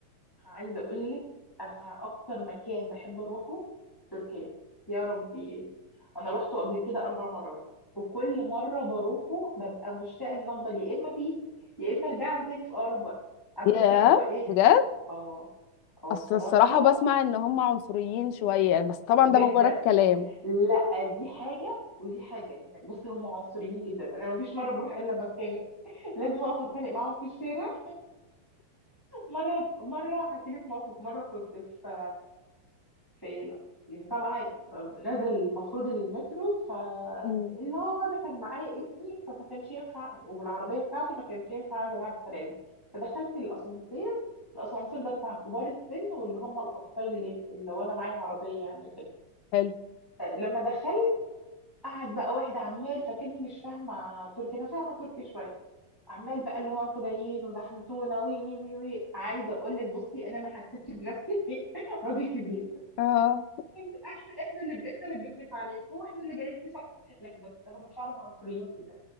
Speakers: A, in the centre; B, on the left.
A: عايزه اقول لك انا اكتر مكان بحب اروحه تركيا يا ربي انا روحته قبل كده اربع مرات وكل مره بروحه ببقى مشتاقه ان افضل يا اما فيه يا اما ارجع له تاني في اقرب وقت عارفه
B: ياه
A: انت اللي هو ايه
B: بجد؟
A: اه اه
B: اصل
A: بصراحه
B: الصراحة بسمع ان هم عنصريين شوية بس طبعا
A: جدا
B: ده مجرد كلام
A: لا دي حاجه ودي حاجه يعني بصي هم عنصريين جدا انا ما فيش مره بروح الا لما اتخانق لازم اقف اتخانق معاهم في الشارع مرة مرة هحكي لك موقف مرة كنت في في يعني طالعة نازل المفروض المترو فاللي
B: مم.
A: هو أنا كان معايا ابني فما كانش ينفع وبالعربية بتاعته ما كانش ينفع أنزل على السلالم فدخلت الأسانسير الأسانسير ده بتاع كبار السن واللي هم الأطفال اللي اللي وأنا معايا عربية يعني وكده
B: حلو
A: لما دخلت قعد بقى واحد عمال فاكرني مش فاهمة تركي أنا فاهمة تركي شوية عمال بقى اللي هو انتوا جايين وزحمتونا وي وي وي وي عايزه اقول لك بصي انا ما حسيتش بنفسي <laughs> راجل كبير
B: اه
A: احنا احنا اللي احنا اللي بنصرف عليك واحنا اللي جايين مش ع- لا بس هم فعلا عنصريين جدا